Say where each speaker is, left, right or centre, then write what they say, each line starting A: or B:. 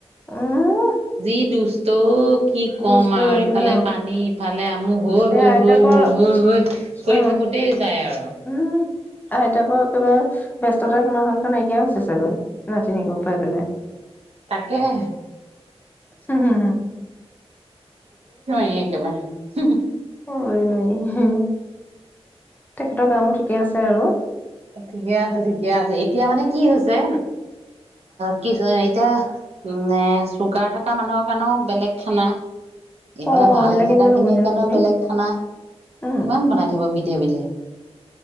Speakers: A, on the left; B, on the right.
A: উম
B: যি দুষ্ট তো কি ক'ম
A: দুষ্ট
B: আৰু
A: হৈছে
B: ইফালে
A: ন
B: পানী ইফালে আমুক হৈ
A: তে
B: হৈ
A: আইতাকৰ
B: হৈ হৈ হৈ হৈ কৰি
A: অ
B: থাকোতেই যায় আৰু
A: উম আইতাকৰ একিবা ব্যস্ততাৰ সীমা সংখ্যা নাইকিয়া হৈছে চাগৈ নাতিনিয়েক পাই পেলাই
B: তাকে হে
A: হুম হুম হুম
B: হে একেবাৰে সু
A: ওম সম তেখেতৰ গা মূৰ ঠিকে আছে আৰু
B: ঠিকে আছে ঠিকে আছে এতিয়া মানে কি হৈছে কি এতিয়া উ চুগাৰ থকা মানুহৰ কাৰণেও বেলেগ খানা এইফালে
A: অ
B: ভাল
A: বেলেগে
B: থকা
A: বেলেগে
B: খিনিৰ
A: বনাই ন
B: কাৰণেও
A: আপুনি
B: বেলেগ খানা কিমান
A: উম
B: বনাই থব বিধে বিধি ক